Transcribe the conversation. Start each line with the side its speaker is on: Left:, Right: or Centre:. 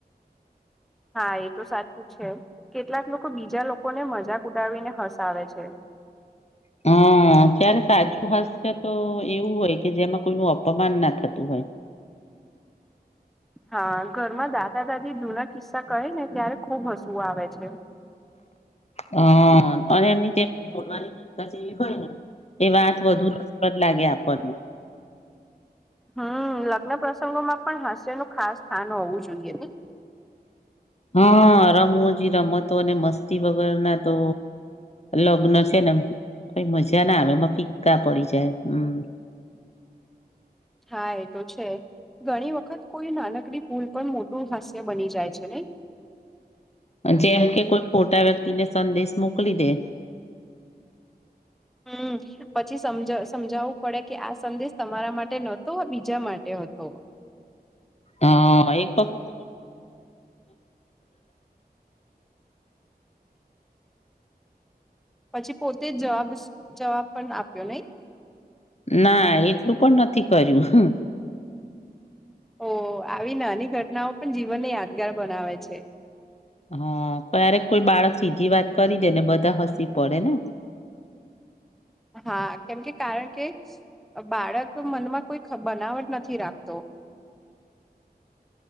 Centre: હા એ તો સાચું છે કેટલાક લોકો બીજા લોકોને મજાક ઉડાવીને હસાવે છે.
Left: હ ત્યારે સાચું હાસ્ય તો એવું હોય કે જેમાં કોઈનું અપમાન ના થતું હોય
Centre: હા ઘરમાં દાદા દાદી જુના કિસ્સા કહે ને ત્યારે ખુબ હસવું આવે છે.
Left: હ અને એમની <unintelligible> બોલવાની રીત જ એવી હોયને એ વાત વધુ રસપ્રદ લાગે આપણને
Centre: હમ લગ્ન પ્રસંગોમાં પણ હાસ્યનું ખાસ સ્થાન હોવું જોઈએ નઈ
Left: હા રમૂજી રમતો અને મસ્તી વગરના તો લગ્ન છે ને કઈ મજા ના આવે એમાં ફિક્કા પડી જાય હમ
Centre: હા એ તો છે ઘણી વખત કોઈ નાનકડી ભૂલ પણ મોટું હાસ્ય બની જાય છે નઈ
Left: જેમ કે કોઈ ખોટા વ્યક્તિને સંદેશ મોકલી દે
Centre: હમ પછી સમજ સમજાવું પડે કે આ સંદેશ તમારા માટે નહતો બીજા માટે હતો
Left: અ એક વખત
Centre: પછી પોતે જ જવાબ જવાબ પણ આપ્યો નહી
Left: ના એટલું પણ નથી કર્યું હ
Centre: ઓ આવી નાની ઘટનાઓ પણ જીવનને યાદગાર બનાવે છે
Left: હા ક્યારેક કોઈ બાળક સીધી વાત કરી દે ને બધા હસી પડે ને
Centre: હા કેમકે કારણ કે બાળક મનમાં કોઈ બનાવટ નથી રાખતો <inaudible>